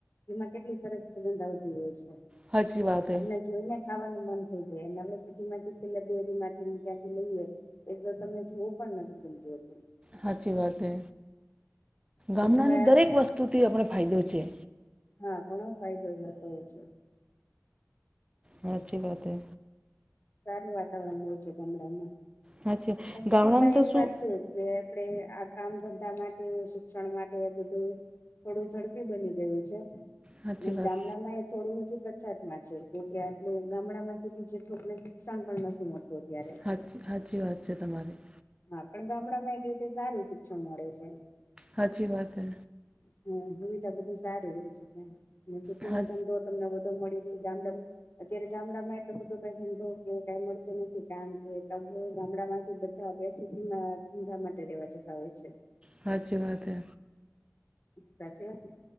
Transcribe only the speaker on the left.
એમા કેટલી સરસ સુગંધ આવતી હોય છે
આપણે
જોઈને ખાવાનું મન થઈ જાય અને આપણે સિટી માંથી પેલા ડેરી માંથી ત્યાંથી લઈએ એકદર તમને જોવું પણ નથી ગમતું હોતું.
તેથી
વાળા
હા ઘણો ફાયદો થાતો હોય છે.
સારું વાતાવરણ હોય છે ગામડામાં
<unintelligible> સિટીમાં
એક
વાત છે કે આપણે આ કામ ધંધા માટે શિક્ષણ માટે બધું. થોડું ઝડપી બની ગયું છે.
ને
ગામડામાં એ થોડું હજુ પછાત માં છે કેમકે આટલું ગામડામાં સીટી જેટલુ <unintelligible> નુકસાન પણ નથી મળતું અત્યારે.
હા પણ ગામડા માં એક રીતે સારું શિક્ષણ મળે છે
હ સુવિધા બધી સારી હોય છે ત્યાંની અને સિટીમાં
ધંધો તમને વધ મળી <unintelligible> ગામડામ અત્યારે ગામડામાં એટલો બધો કાય ધંધો. એવુ કઈ મળતું નથી કામ કે <unintelligible> ગામડા માંથી બધા <unintelligible> સીટી માં ધંધા માટે રેવા જતા હોય છે.
સાચી વાત ને